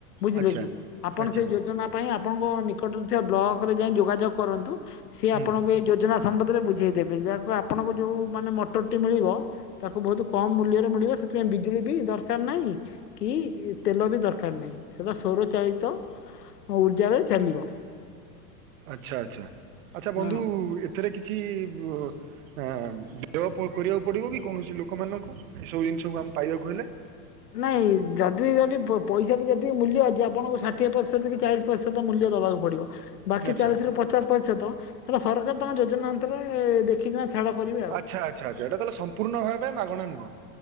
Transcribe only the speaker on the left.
ବୁଝିଲେ
କି ଆପଣ
ସେ ଯୋଜନା ପାଇଁ ଆପଣଙ୍କ ନିକଟରେ ବ୍ଲକ ରେ ଯାଇ ଯୋଗାଯ କରନ୍ତୁ ସିଏ
ଆପଣଙ୍କୁ ଯୋଜନା ସମ୍ପଦରେ ବୁଝାଇଦେବେ ଯାହାକୁ ଆପଣଙ୍କୁ ଯେଉଁ ମାନେ ମଟରଟି ମିଳିବ ତାକୁ ବହୁତ କମ୍ ମୂଲ୍ୟରେ ମିଳିବ। ସେଥିପ ବିଜୁଳି ବି ଦରକାର ନାହିଁ କି ତେଲ ବି ଦରକାର ନାହିଁ ସେଟା ସୌର ଚାଳିତ ଉର୍ଜାରେ ଚାଲିବ।
ହଁ
ନାଇଁ ଯଦି ଯଦି ପ ପଇସାଟି ଏତିକି ମୂଲ୍ୟ ଅଛି ଆପଣଙ୍କୁ ଷାଠିଏ ପର୍ସେଣ୍ଟ କି ଚାଳିଶ ପର୍ସେଣ୍ଟର ମୂଲ୍ୟ ଦବାକୁ ପଡିବ। ବାକି
ଚାଳିଶ ରୁ ପଚାଶ ପରିଶତ ହେଟା ସରକାର ତାଙ୍କ ଯୋଜନା ଅନୁସାରେ ଦେଖିକିନା ଛାଡ଼ କରିବେ ଆଉ।